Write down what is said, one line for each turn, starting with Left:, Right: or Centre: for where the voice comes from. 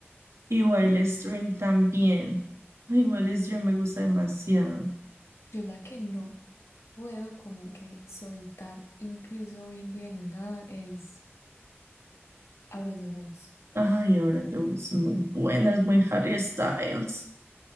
Right: Y Wildest Dream también. Ay, Wildest Dream me gusta demasiado.
Left: yo la que no. puedo como que soltar, incluso hoy en día ni nada, es Out of the Woods.
Right: Ay, ahora te gustan muy buenas, muy
Left: Este,
Right: Harry Styles.